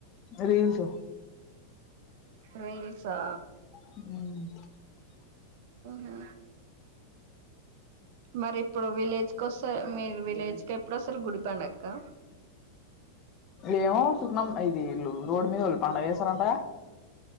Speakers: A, on the left (about 35°); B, on the right (about 50°).
A: రీల్స్
B: రైల్సా
A: ఉ
B: హ మరి ఇప్పుడు విలేజ్ క వస్త మీరు విలేజ్ క ఎప్పుడు వస్తారు గుడిపడుక్క
A: ఏమో సున్నాం ఐదు ఏళ్ళు రోడు మీద పండగ చేస్తరాంట